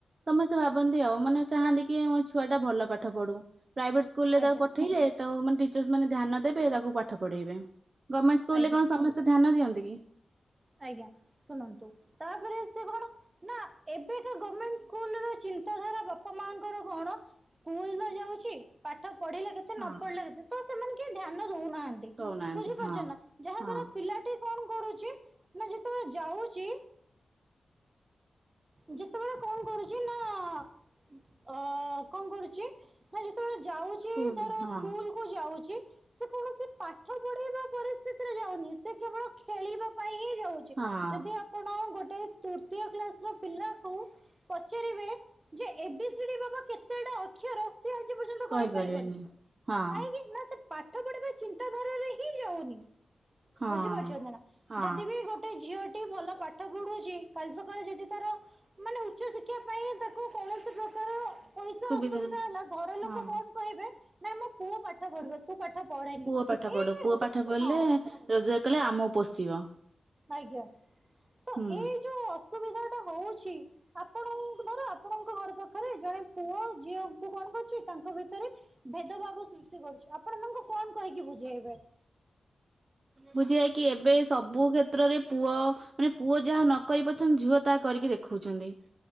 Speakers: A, on the right; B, on the right.
A: ସମସ୍ତେ ଭାବନ୍ତି ଆଉ ମାନେ ଚାହାନ୍ତି କି ମୋ ଛୁଆ ଟା ଭଲ ପାଠ ପଢୁ। ପ୍ରାଇଭେଟ୍ ସ୍କୁଲ ରେ
B: ଆଜ୍ଞା
A: ତାକୁ ପଠେଇଲେ। ତ ମାନେଟିଚ ମେ ଧ୍ୟାନ ଦେବେ ତାକୁ ପାଠ ପଢେଇବେ। ଗଭର୍ଣ୍ମେଣ୍ଟ ସ୍କୁଲ
B: ଆଜ୍ଞା
A: ରେ କଣ ସମସ୍ତେ ଧାନ ଦିନ୍ତୁ। କିି
B: ଆଜ୍ଞା ଶୁଣନ୍ତୁ ତାପରେ ସେ କଣ ନା ଏବେକା ଗେଣ୍ଟ ସ୍କୁଲ ର ଚିନ୍ତାଧାରା ବାପା ମାଙ୍କର କଣ ସ୍କୁଲ ଯାଉଛି। ପଢିଲା କେିେ ନ
A: ହଁ
B: ପଢିଲାି ତ ସେମାନେ ଧ୍ୟାନ ହଉନାହାନ୍ତି
A: ଦଉନାହାନ୍ତି
B: ବୁଝିପାରୁଛ
A: ହଁ।
B: ନା ଯାହା
A: ହଁ
B: ଦ୍ଵାରା ପିଲାଟି କଣ କରୁଛି। ନା ଯେତେବେଳେ ଯାଉଛି <inaudible> ଯେତେବେଳେ କଣ କରୁଛି ନା ଅ କଣ କରୁଛି ନା ଯେତେବେଳେ ଯାଉଛି
A: ସ୍କୁଲ
B: ଧର
A: ହଁ
B: ସ୍କୁଲ କୁ ଯାଉଛି। ସେ କୌଣସି ପାଠ ପଢେଇବା ପରିସ୍ଥିତିରେ ଯାଉନି ସେ କେବଳ ଖେଳିବା। ହେ ଯାଉଛି
A: ହଁ
B: ଯଦି ଆପଣ ଗୋଟେ ର ପିଲାକୁ ପଚାରିବେ ଯେ ବା କେତୋ ଅର ସେ ଆଜି ପର୍ଯ୍ୟନ୍ତ
A: କହିପାରିବେନି।
B: କହିପାରିବନି
A: ହଁ
B: କାହିଁକି ନା ସେ ପାଠ ପଢିବା ଚିନ୍ତାଧାରରେ ହିଁ ଯାଉନି।
A: ହଁ
B: ବୁଝିପାରୁଛନ୍ତି ନା।
A: ହଁ
B: ଯଦି ବି ଗୋଟେ ଝିଅ ଭଲ ପାଠ ପଢୁଛି କାଲି ସକାଳେ ଯଦି ତାର ମାନେ ଉଚ୍ଚ ଶିକ୍ଷା ପାଇଁ ତାକୁ କୌଣସି ପ୍ରକାର ପଇସା
A: ସୁବିଧା
B: ଅସୁବିଧା ହେଲା ଘର
A: ହଁ।
B: ଲୋକ କଣ କହିବେ। ନାଇଁ ମୋ ପୁଅ ପାଠ ପଢିବ ତୁ ପାଠ ପଢ଼େନି
A: ପୁଅ ପାଠ ପଢୁ।
B: ଏଇ
A: ପୁଅ ପାଠ ପଢିଲେ
B: ହଁ
A: ରୋଜଗାର କଲେ। ଆମ ପୋଷିବ।
B: ଆଜ୍ଞା ତ
A: ହୁଁ
B: ଏଇ ଯୋଉ ଅସୁବିଧା। ହଉଛି ଆପଣର ଆପଣଙ୍କ ଘର ପାଖରେ ଜଣେ ପୁଅ ଝିଅଙ୍କୁ କଣ କରୁଛି ତାଙ୍କ ଭିତରେ ଭେଦଭାବ ସୃଷ୍ଟି କରୁଛି। ଆପଣ ତାଙ୍କୁ କଣ କହିକି ବୁଝେଇବେ।
A: ବୁଝିଯାଇ କି ଏବେ ସବୁ କ୍ଷେତ୍ରରେ ପୁଅ ମାନେ ପୁଅ ଯାହା ନ କରି ପାରୁଛନ୍ତି ଝିଅ ତାହା କରିକି ଦେଖୋଉଛନ୍ତି।